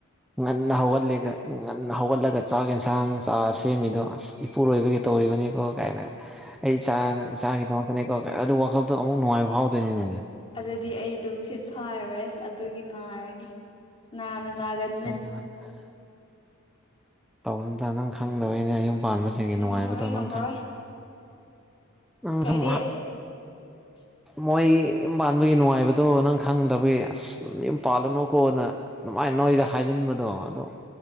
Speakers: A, in the centre; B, on the left.
A: ꯉꯟꯅ ꯍꯧꯒꯠꯂꯦ ꯁꯤ ꯉꯟꯅ ꯍꯧꯒꯠꯂꯒ ꯆꯥꯛ ꯌꯦꯟꯁꯥꯡ ꯆꯥ ꯁꯦꯝꯃꯤꯗꯣ ꯑꯁ ꯏꯄꯨꯔꯣꯏꯕꯒꯤ ꯇꯧꯔꯤꯕꯅꯤꯀꯣ ꯀꯥꯏꯅ ꯑꯩ ꯏꯆꯥ ꯏꯆꯥꯒꯤꯗꯃꯛꯇꯅꯦꯀꯣ ꯑꯗꯨ ꯋꯥꯈꯜꯗꯣ ꯑꯃꯨꯛ ꯅꯨꯡꯉꯥꯏꯕ ꯐꯥꯎꯗꯣꯏꯅꯤꯅꯦ
B: ꯑꯗꯨꯗꯤ ꯑꯩ ꯇꯨꯝ ꯁꯤꯠ ꯐꯥꯔꯔꯣꯏ ꯑꯗꯨꯒꯤ ꯅꯥꯔꯅꯤ ꯅꯥꯅ ꯅꯥꯒꯟꯕꯅꯤ
A: ꯎꯝ <unintelligible> ꯇꯧꯅꯨꯗ ꯅꯪ ꯈꯪꯗꯕꯩꯅ ꯌꯨꯝ ꯄꯥꯟꯕꯁꯤꯡꯒꯤ
B: ꯉꯝꯃꯔꯣꯏ
A: ꯅꯨꯡꯉꯥꯏꯕꯗꯣ ꯅꯪ
B: ꯉꯝꯃꯔꯣꯏ
A: ꯈꯪ ꯅꯪ
B: ꯀꯔꯤ
A: ꯁꯨꯝ
B: <inaudible>
A: ꯃꯣꯏ ꯌꯨꯝ ꯄꯥꯟꯕꯒꯤ ꯅꯨꯡꯉꯥꯏꯕꯗꯣ ꯅꯪ ꯈꯪꯗꯕꯒꯤ ꯑꯁ ꯌꯨꯝ ꯄꯥꯜꯂꯅꯨꯀꯣꯅ ꯑꯗꯨꯃꯥꯏꯅ ꯅꯣꯏꯗ ꯍꯥꯏꯖꯤꯟꯕꯗꯣ ꯑꯗꯨ